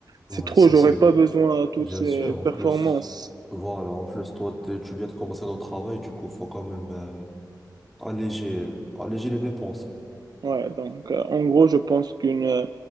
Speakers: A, on the right (about 65°); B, in the centre.
A: c'est
B: ouais,
A: trop,
B: c'est,
A: j'aurais
B: c'est euh,
A: pas besoin de toutes
B: bien
A: ces
B: sûr. En
A: performances.
B: plus, voilà, en plus, toi, t'es- tu viens de commencer ton travail, du coup, faut quand même euh, alléger, euh, alléger les dépenses.
A: Ouais, donc euh, en gros, je pense qu'une euh,